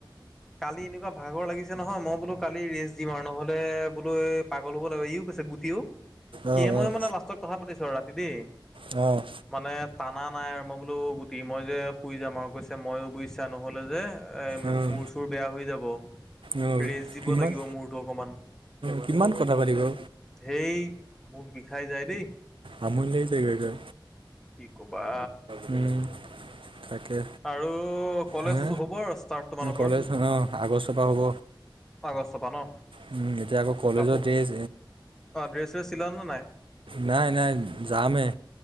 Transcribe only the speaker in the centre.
কালি এনেকুৱা ভাগৰ লাগিছে নহয়, মই বোলো কালি ৰেচ দিম আৰু নহ'লে বোলো এ পাগল হ'ব লাগিব ইও কৈছে গুট তিও, সিয়ে
মই মানে লাষ্টত কথা পাতিছো আৰু ৰাতি দেই।
মানে টানা নাই আৰু মই বোলো গোট বি মই যে শুই যাম আও কৈছে মইয়ো বুইছা নহ'লে যে এ
মোৰ চুৰ বেয়া হৈ যাব,
ৰেষ্ট দিব
লাগিব মূৰটো অকমান।
সেই মোক বিষাই যায় দেই
কি ক'বা।
আৰু কলেজটো
হ'ব আৰু ষ্টাৰ্ট তোমালোকৰ।
আগষ্ট পা ন,
কাপোৰ
ড্ৰেছ চেছ চিলালা নে নাই।